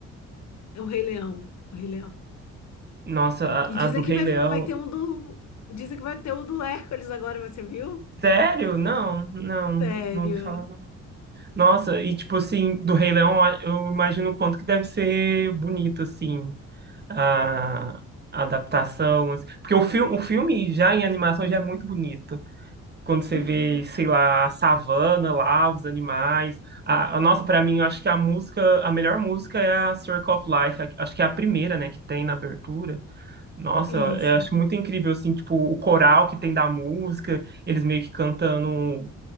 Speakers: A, on the left; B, on the right.
A: o Rei Leão, o Rei Leão.
B: Nossa, a,
A: E dizem
B: a do Rei
A: que vai,
B: Leão.
A: vai ter um do. Dizem que vai ter o do Hércules agora, você viu?
B: Sério? Não, não,
A: Sério.
B: não ouvi falar. Nossa, e tipo assim, do Rei Leão, eu imagino o quanto que deve ser bonito, assim, a, a adaptação. assim. Porque o filme, o filme já em animação já é muito bonito. Quando você
A: Uhum.
B: vê, sei lá, a savana lá, os animais. A, a- nossa, pra mim, eu acho que a música, a melhor música é a Circle of Life. a- Acho que é a primeira, né, que tem na abertura. Nossa,
A: Isso.
B: eu acho muito incrível, assim, tipo, o coral que tem da música eles meio que cantando